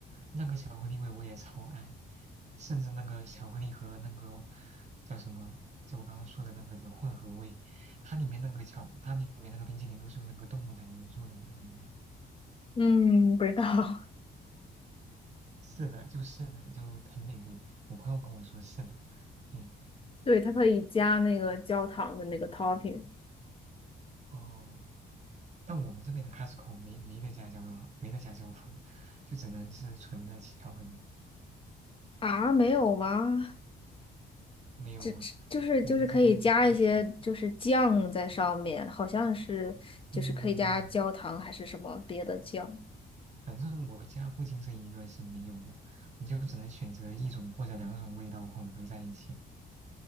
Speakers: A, on the right (about 35°); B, on the left (about 25°).
A: 那个巧克力味我也超爱，甚至那个巧克力和那个叫什么，就我刚刚说的那个的混合味，它里面那个巧，它里面那个冰淇淋都是用那个动物奶油做的吧，应该。
B: 嗯，不知道。<laughs>
A: 是的，就是的，就很美味。我朋友跟我说是的，嗯，
B: 对，它可以加那个焦糖的那个 topping。
A: 哦，但我们这边的 Costco 没没得加焦糖，没得加焦糖，就只能是纯的巧克力。
B: 啊，没有吗？
A: 没有啊，
B: 只只就是就是可以加一些就是酱在上面，
A: 我们这边只能选，
B: 好像是就是可以加焦糖还是什么别的酱。
A: 嗯嗯嗯，反正我家附近这一个是没有的，你就只能选择一种或者两种味道混合在一起，